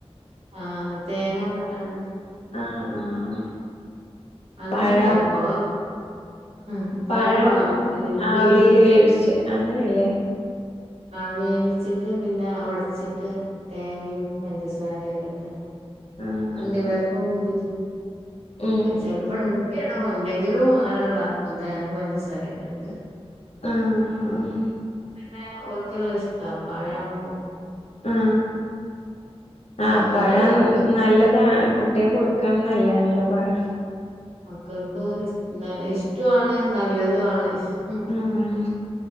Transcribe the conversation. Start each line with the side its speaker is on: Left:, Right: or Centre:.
Right: ആ തേങ്ങക്കെ ഇട്ടാണ്ട്
Left: ആഹ് ആഹ് ആഹ്
Right: അങ്ങനെണ്ടാക്കോ
Left: പഴം
Right: ആ പഴ
Left: പഴം
Right: വ പിന്നെട്ട്
Left: ആവിൽ വേവിച്ച് അങ്ങനെയല്ലേ
Right: ആ വേവിച്ചിട്ട് പിന്നെ ഒടച്ചിട്ട് തേങ്ങയും പഞ്ചസാരയക്കെ ഇട്ട്
Left: ആഹ്
Right: അണ്ടി വേറപ്പ ഉണ്ടെ
Left: ഉം
Right: ചെിലപ്പ ഇണ്ട് ഇടല്ലെങ്കിലും അങ്ങനകടാ തേങ്ങ പഞ്ചസാരയൊക്കെ എടുത്ത്
Left: ആഹ്
Right: പിന്നെ ഓക്കല്ലാം ഇഷ്ടം പഴവുമ്പോ
Left: ആ ആ
Right: അങ്ങനൊക്കെ
Left: പഴം
Right: ഇണ്ടാക്കും
Left: നല്ലതാണ് കുട്ടിയെ കൊടുക്കണംന്നല്ലാണല്ലോ പഴം
Right: മക്കൾക്ക് നല്ല ഇഷ്ടമാണ് നല്ലതുവാണ് ഉ
Left: ആഹ്